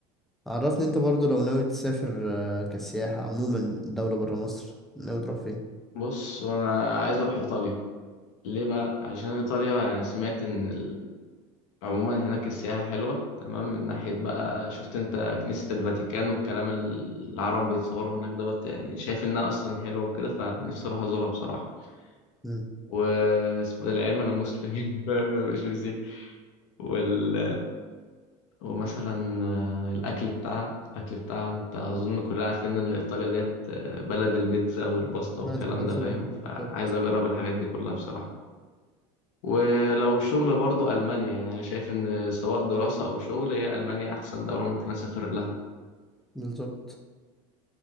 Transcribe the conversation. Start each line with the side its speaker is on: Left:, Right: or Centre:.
Centre: عرفني أنت برضو لو ناوي تسافر آه، كسياحة عموما دولة برا مصر ناوي تروح فين؟
Left: بص وانا عايز اروح ايطاليا ليه بقى عشان ايطاليا يعني سمعت ان عموما هناك السياحة حلوة تمام من ناحية بقى شفت انت كنيسة الفاتيكان والكلام ال- العرب بيتصوروا هناك دوت يعني شايف انها اصلا حلوة وكده فنفسي اروح ازورها بصراحة
Centre: مم.
Left: واسمه ده العلم انا مسلم <laughs> مش مسيحي وال ومثلا آه، الاكل بتاعها الاكل بتاعها انت اظن كلنا عارفين ان ايطاليا ديت آه، بلد البيتزا والباستا
Centre: بلد
Left: والكلام
Centre: البلد
Left: ده فاهم فعايز اجرب الحاجات دي كلها بصراحة ولو شغل برضو ألمانيا يعني أنا شايف إن سواء دراسة أو شغل هي ألمانيا أحسن دولة ممكن أسافر لها
Centre: بالظبط